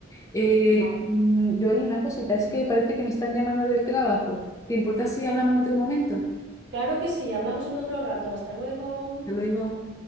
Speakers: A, on the left; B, on the right.
A: Eh,
B: Va.
A: mm, Yoli, una cosita, es que parece que me están llamando del trabajo. ¿Te importa si hablamos en otro momento?
B: Claro que sí, hablamos en otro rato. Hasta luego.
A: Hasta Luego.